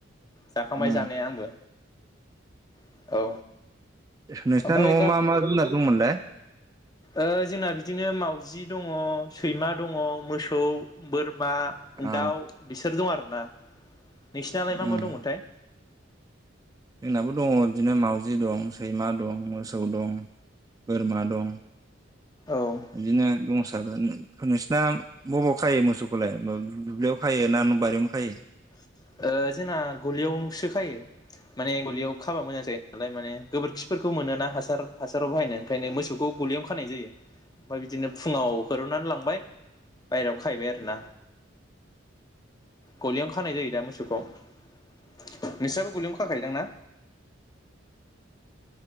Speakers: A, on the left; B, on the right.
A: जाखांबाय
B: उ
A: जानाया आंबो औ
B: नोंसिना
A: ओमफ्राय
B: न'आव मा मा द रमल
A: अ जोंना बिदिनो मावाउजि दङ सैमा दङ मोसौ बोर मा
B: अ
A: दाउ बिसोर दं आरो ना नोंसिनालाय मा
B: उम
A: मा दङमोनथाय
B: जोंनाबो दङ बिदिनो मावाउजि दं सैमा दं मोसौ दं बोरमा दं
A: औ
B: बिदिनो दंसाबो होन- नोंसिना बबावयाव खायो मोसौखौलाय दुब्लियाव खायो ना बारियावनो खायो?
A: ओ जोंना गलियावसो खायो माने गलियाव खाबा मोजां जायो नालाय माने गोबोरखिफोरखौ मोनोना हासार हासाराव बाहायनो ओंखायनो मोसौखौ गलियावनो खानाय जायो ओमफ्राय बिदिनो फुङाव होरननानै लांबाय बायहेराव खाहैबाय आरोना गलियाव खानाय जायो। मोसौखौ नोंस्राबो गलियावनो खाखायोदां ना?